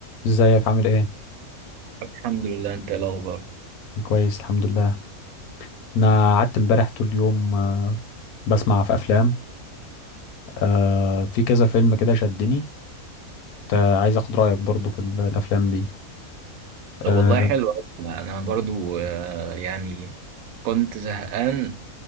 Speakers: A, on the left; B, on the right.
A: ازيك عامل ايه
B: الحمد لله انت ايه الاخبار
A: كويس الحمد لله انا قعدت امبارح طول اليوم آه، بسمع في افلام آه، في كذا فيلم كده شدني كنت آه، عايز اخد رايك برضو في ال- الافلام دي آه،
B: طب والله حلو أوي. انا برضو آه، يعني كنت زهقان